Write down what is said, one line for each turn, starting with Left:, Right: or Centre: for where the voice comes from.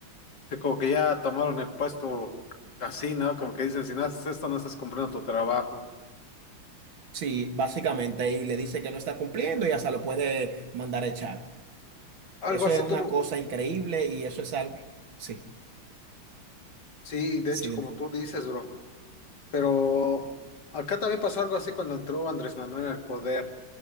Left: que como que ya tomaron el puesto así, ¿no? Como que dicen, si no haces esto, no estás cumpliendo tu trabajo.
Right: Sí, básicamente, y le dice que no está cumpliendo y hasta lo puede mandar a echar.
Left: Algo
Right: Eso
Left: así
Right: es una
Left: tuvo,
Right: cosa increíble y eso es algo. Sí,
Left: sí, de
Right: sí,
Left: hecho,
Right: dime.
Left: como tú dices, bro. Pero acá también pasó algo así cuando entró Andrés Manuel al poder